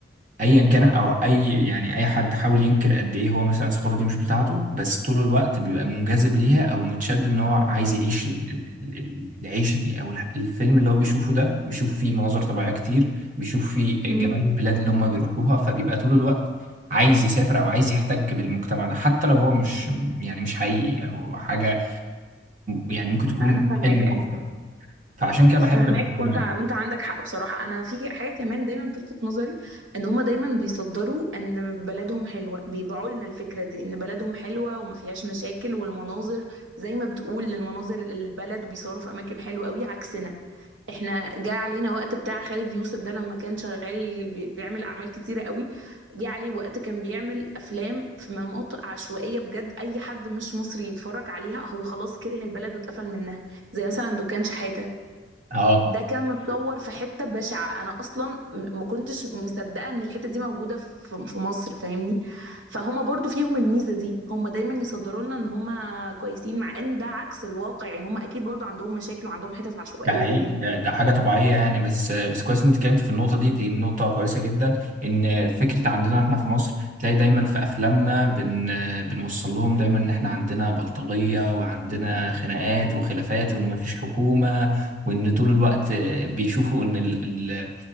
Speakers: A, on the right; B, on the right.
A: ايا كان او اي يعني اي حد حاول ينكر قد ايه هو مثلا الثقافه دي مش بتاعته بس طول الوقت بيبقى منجذب ليها او متشد ان هو عايز يعيش ال- ال- ال- العيشه دي او الح- الفيلم اللي هو بيشوفه ده بيشوف فيه مناظر طبيعيه كتير بيشوف فيه
B: مم.
A: جمال البلاد اللي هم بيروحوها فبيبقى طول الوقت عايز يسافر او عايز يحتك بالمجتمع ده حتى لو هو مش يعني مش حقيقي او حاجه يعني ممكن تكون
B: انا فاهماك
A: حلم
B: ايوه
A: اكتر فعشان كده بحب
B: فاهماك
A: الافلام
B: وانت
A: الأجنبية.
B: ع- وانت عندك حق بصراحه انا في حاجه كمان دايما بتلفت نظري ان هما دايما بيصدروا ان بلدهم حلوه بيبيعوا لنا الفكره دي ان بلدهم حلوه وما فيهاش مشاكل والمناظر زي ما بتقول المناظر البلد وبيصوروا في اماكن حلوه قوي عكسنا احنا جاء علينا وقت بتاع خالد يوسف ده لما كان شغال بي- بيعمل اعمال كتيره قوي جه عليه وقت كان بيعمل افلام في مناطق عشوائيه بجد اي حد مش مصري يتفرج عليها هو خلاص كره البلد واتقفل منها زي مثلا دكان شحاته
A: اه
B: ده كان متصور في حته بشعه انا اصلا م- ما كنتش مصدقه ان الحته دي موجوده في في- في مصر فاهمني فهما برضو فيهم الميزه دي هما دايما يصدروا لنا ان هما كويسين مع ان ده عكس الواقع يعني هما اكيد برضو عندهم مشاكل وعندهم حتت عشوائيه
A: ده حقيقي
B: زينا
A: ده ده حاجة طبيعية يعني بس بس كويس ان انت اتكلمت في النقطة دي دي نقطة كويسة جدا ان فكرة عندنا احنا في مصر تلاقي دايما في افلامنا بن بنوصل لهم دايما ان احنا عندنا بلطجية وعندنا خناقات وخلافات وان مفيش حكومة وان طول الوقت بيشوفوا ان ال- ال-